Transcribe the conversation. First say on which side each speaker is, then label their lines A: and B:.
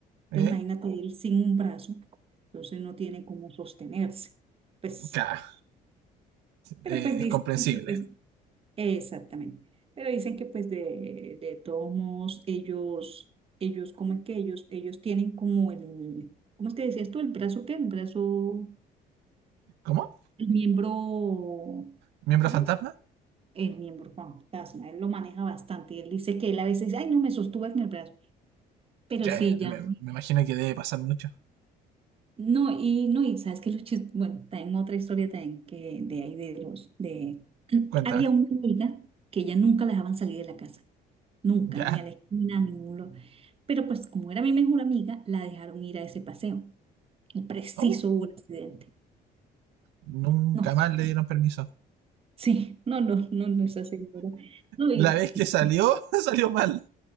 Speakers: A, on the right; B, on the right.
A: entonces
B: ¿eh?
A: imagínate él sin un brazo, entonces no tiene cómo sostenerse, pues,
B: Claro,
A: pero
B: eh,
A: pues dice
B: es comprensible.
A: que supuestamente Exactamente. Pero dicen que pues de, de todos modos ellos, ellos, cómo es que ellos, ellos tienen como el, ¿cómo te decías tú? El brazo qué, el brazo,
B: ¿Cómo?
A: el miembro,
B: ¿Miembro
A: ¿cómo
B: fantasma?
A: es? El miembro fantasma, él lo maneja bastante y él dice que él a veces, ay, no me sostuve en el brazo, pero
B: Ya,
A: sí
B: ya, me,
A: ya,
B: me imagino que debe pasar mucho.
A: no, y no, y sabes que los chistes, bueno, también otra historia también que de ahí de los, de, <clears throat>
B: Cuéntame.
A: había una amiga que ella nunca la dejaban salir de la casa. nunca,
B: Ya.
A: ni a la esquina, a ningún lo- Pero pues como era mi mejor amiga, la dejaron ir a ese paseo. Y preciso
B: Oh,
A: hubo un accidente.
B: Nunca
A: No, eso
B: más le
A: fue.
B: dieron permiso.
A: Sí, no, no, no, no, esa señora. No, y
B: La vez
A: pues,
B: que
A: <laughs>
B: salió,
A: sí,
B: <laughs> salió mal.